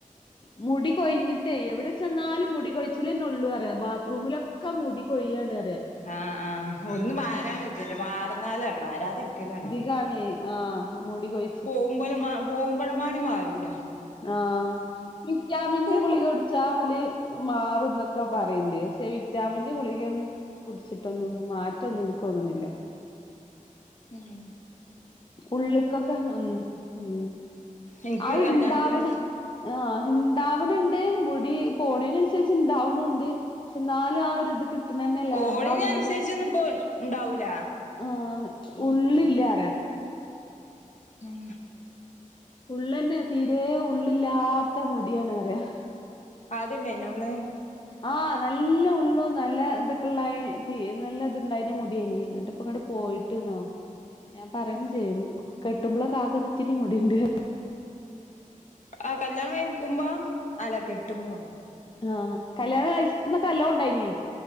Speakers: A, on the left; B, on the left.
A: മുടി കൊഞ്ഞിട്ടേ എവിടെ ചെന്നാലും മുടി കൊഴിച്ചിലന്നെ ഉള്ളു പറയാ ബാത്റൂമിലൊക്കെ ക്ക മുടി കൊയ്യാണ്റിയാ
B: ആഹ് ആഹ് ഒന്നും വരാൻ വിച്ചില്ല വർന്നാലാണ് വാരതിരിക്കലാണ്
A: ന്നാണേ ആഹ് മുടികൊയ്
B: പോകുമ്പോലും ആഹ് പോകുമ്പോഴമാണി മാരൂല
A: ആഹ് വിറ്റാമിന്റെ ഗുളിക
B: മു
A: കൊടു ചാല് മാറുന്നൊക്കെ പറയട്ട് പക്ഷെ വിറ്റാമിന്റെ ഗുളികയന്നു കുടിച്ചിട്ടൊന്നും മാറ്റൊന്നും എനിക്കുന്നണില്ല
B: ഉം
A: ഉള്ക്കൊക്കെ ഉം ഉം
B: എനിക്ക്
A: അത്
B: കല്യാണത്തിന്
A: ഇണ്ടാവണ് ആഹ് ഉണ്ടാവണണ്ട് മുടി പോണേന് അനുസരിച്ച് ഇണ്ടാവണുണ്ട് പക്ഷെ നാലും ആഹ് ഒരു ഇത് കിട് ട്ടുതന്നെല്ലേ
B: കോണിന്
A: നമ്മളാ ഉള്ളും
B: അനുസരിച്ചൊന്നും ഇപ്പോ ഇണ്ടാവൂല
A: ആഹ് ഉള്ളില്ലറയ
B: ഉം
A: ഉള്ളന്നെ തീരെ ഉള്ളില്ലാത്ത മുടിയാണ്റയ
B: ആദ്യണ്ടായിന ഉള്ള്
A: ആഹ് നല്ല ഉള്ളും നല്ല ഇതൊക്കെള്ളായി തീ നല്ല ഇത്ണ്ടായിന് മുടിയനി എന്നിട്ട് പ്പ ഇങ്ങട് പോയിട്ട്ന്നോ ഞാൻ പറയന്ന
B: ഉം
A: ചെയ്യും കെട്ടുമ്പോളക്കെ കാകെ ഒരു ഇത്തിരി മുടിണ്ട്
B: ആഹ് കല്യാണം കഴിക്കുമ്പോ അല്ല കെട്ടുമ്പോ
A: ആഹ് കല്യാണം കഴിച്ചന്നൊ കല്ലോ ഉണ്ടായിനി